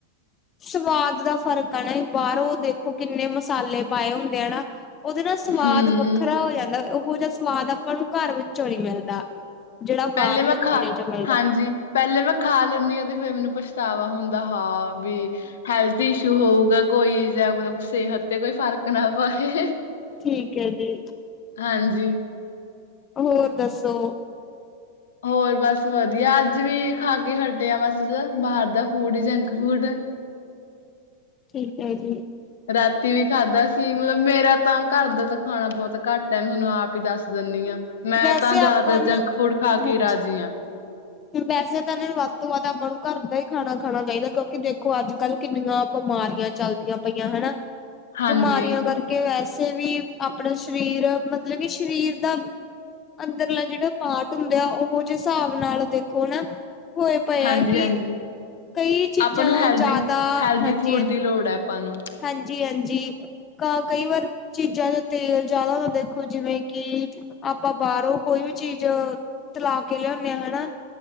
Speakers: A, on the left; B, on the left.
A: ਸਵਾਦ ਦਾ ਫ਼ਰਕ ਆ ਨਾ, ਬਾਹਰੋਂ ਦੇਖੋ ਕਿੰਨੇ ਮਸਾਲੇ ਪਾਏ ਹੁੰਦੇ ਆ ਨਾ ਉਹਦੇ ਨਾਲ ਸਮਾਦ
B: ਹਮ
A: ਵੱਖਰਾ ਹੋ ਜਾਂਦਾ। ਇਹੋ ਜਿਹਾ ਸਵਾਦ ਆਪਾਂ ਨੂੰ ਘਰ ਵਿੱਚੋਂ ਨਹੀਂ ਮਿਲਦਾ। ਜਿਹੜਾ ਬਾਹਰਲੇ
B: ਪਹਿਲੇ ਮੈਂ ਖਾ
A: ਖਾਣੇ ਚ ਮਿਲਦਾ
B: ਹਾਂਜੀ ਪਹਿਲੇ ਮੈਂ ਖਾ ਲੈਂਦੀ ਹਾਂ ਤੇ ਫੇਰ ਮੈਨੂੰ ਪੁੱਛ ਪਛਤਾਵਾ ਹੁੰਦਾ। ਹਾਂ ਵੀ ਹੈਲਥ ਈਸ਼ ਹੋਊਗਾ ਕੋਈ ਜਾਂ ਮਤਲਬ ਸਿਹਤ ਤੇ ਕੋਈ ਫਰਕ ਨਾ ਪਾਹੈ
A: ਠੀਕ ਹੈ ਜੀ।
B: ਹਾਂਜੀ।
A: ਹੋਰ ਦੱਸੋ।
B: ਹੋਰ ਬਸ ਵਧੀਆ ਅੱਜ ਵੀ ਖਾ ਕੇ ਹਟੇ ਆਂ ਬਸ ਬਾਹਰ ਦਾ ਫੂਡ ਜੰਕ ਫੂਡ
A: ਠੀਕ ਹੈ ਜੀ।
B: ਰਾਤੀ ਵੀ ਖਾਧਾ ਸੀ। ਮਤਲਬ ਮੇਰਾ ਤਾਂ ਘਰ ਦਾ ਤਾਂ ਖਾਣਾ ਬਹੁਤ ਘੱਟ ਐ, ਮੈਂ ਤੁਹਾਨੂੰ ਆਪ ਹੀ ਦੱਸ ਦਿੰਣੀ ਆਂ। ਮੈਂ
A: ਵੈਸੇ
B: ਤਾਂ ਜ਼ਿਆਦਾਤਰ
A: ਆਪਾਂ ਨਾ
B: ਜੰਕ ਫੂਡ ਖਾ
A: ਹਾਂਜੀ
B: ਕੇ ਰਾਜੀ ਆਂ।
A: ਵੈਸੇ ਤਾਂ ਇਹਨਾਂ ਨੂੰ ਵੱਧ ਤੋਂ ਵੱਧ ਆਪਾਂ ਨੂੰ ਘਰ ਦਾ ਹੀ ਖਾਣਾ ਖਾਣਾ ਚਾਈਦਾ ਕਿਉਂਕਿ ਦੇਖੋ ਅੱਜ-ਕੱਲ ਕਿੰਨੀਆਂ ਬਿਮਾਰੀਆਂ ਚੱਲਦੀਆਂ ਪਈਆਂ ਹਨਾਂ।
B: ਹਾਂਜੀ।
A: ਬਿਮਾਰੀਆਂ ਕਰਕੇ ਵੈਸੇ ਵੇਸੈ ਵੀ ਆਪਣਾ ਸਰੀਰ ਮਤਲਬ ਕਿ ਸਰੀਰ ਦਾ ਅੰਦਰਲਾ ਜਿਹੜਾ ਪਾਰਟ ਹੁੰਦਾ ਉਹੋ ਜਿਹੇ ਹਿਸਾਬ ਨਾਲ ਦੇਖੋ ਨਾਂ ਹੋਏ ਪਏ
B: ਹਾਂਜੀ
A: ਆ ਕਿ
B: ਹਾਂਜੀ
A: ਕਈ ਚੀਜ਼ਾਂ
B: ਆਪਾਂ ਨੂੰ ਹੈਲਦੀ
A: ਜ਼ਿਆਦਾ
B: ਹੈਲਦੀ
A: ਹਾਂਜੀ,
B: ਫੂਡ
A: ਹਾਂਜੀ।
B: ਦੀ ਲੋੜ ਹੈ ਆਪਾਂ ਨੂੰ
A: ਹਾਂਜੀ ਹਾਂਜੀ ਕ ਕਈ ਵਾਰ ਚੀਜ਼ਾਂ ਦਾ ਤੇਲ ਜ਼ਿਆਦਾ ਹੁੰਦਾ ਦੇਖੋ ਜਿਵੇਂ ਕਿ ਆਪਾਂ ਬਾਹਰੋਂ ਕੋਈ ਵੀ ਚੀਜ਼ ਤਲਾ ਕੇ ਲਿਆਉਂਣੇ ਆਂ ਹਨਾਂ।